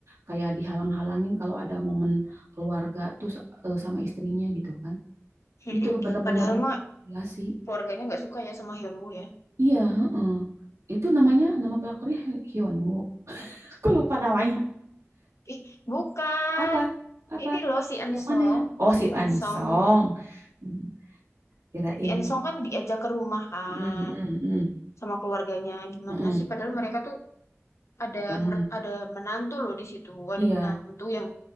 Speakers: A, on the right; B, on the left.
A: kayak dihalang-halangin kalau ada momen keluarga tuh s- eh, sama istrinya gitu kan.
B: mm-mm.
A: Gitu benar-benar
B: padahal
A: dimanipulasi.
B: mah keluarganya nggak suka ya sama Hyunwoo ya
A: Iya, heeh. Itu namanya nama pelakornya Hyunwoo. Aku lupa namanya.
B: ih bukan
A: Apa? Apa?
B: ini loh si Ensong
A: Yang mana ya? Oh,
B: si
A: si Ansong.
B: Ensong
A: Hmm, Kirain
B: Si Ensong kan diajak ke rumah kan
A: Mm, mm, mm, mm,
B: sama keluarganya. Gimana
A: mm, mm. mm.
B: sih? Padahal mereka tuh ada
A: Bukan
B: mer- ada menantu loh di situ. Ada
A: Iya,
B: menantu yang